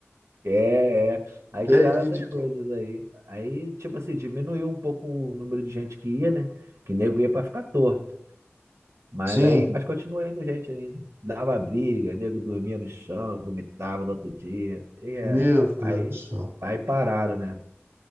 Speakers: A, on the right; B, on the right.
A: É, é. Aí
B: Dez
A: tiraram
B: litros
A: essas
B: de quentão.
A: coisas aí. Aí, tipo assim, diminuiu um pouco o número de gente que ia, né? Que nego ia pra ficar à toa. Mas
B: Sim,
A: aí, mas continua indo gente ainda. Dava briga, nego dormia no chão, vomitava no outro dia. E é,
B: meu Deus
A: aí,
B: do céu.
A: aí pararam, né?